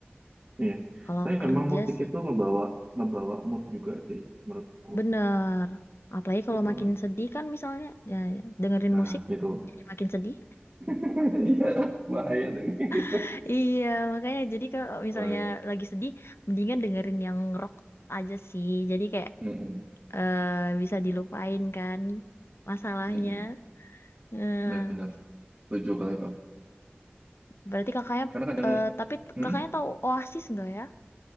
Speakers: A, on the right; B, on the left.
A: iya
B: Kalau
A: tapi
B: kerja
A: memang musik
B: sih
A: itu ngebawa ngebawa mood juga sih menurutku
B: bener. Apalagi kalau
A: gitu
B: makin sedih kan misalnya ya ya, dengerin
A: nah
B: musik
A: itu
B: jadi makin sedih.
A: <laughs> Iya, bahaya tuh <laughs> gitu.
B: <laughs> Iya makanya jadi kalau misalnya
A: Oh, iya.
B: lagi sedih mendingan dengerin yang rock aja sih. Jadi kayak
A: Mm-mm.
B: eh, bisa dilupain kan masalahnya.
A: Mm-mm.
B: Eh,
A: Benar, setuju kalau itu.
B: berarti kakaknya
A: Karena kadang,
B: eh, tapi
A: Mm-mm.
B: kakaknya tahu Oasis nggak ya?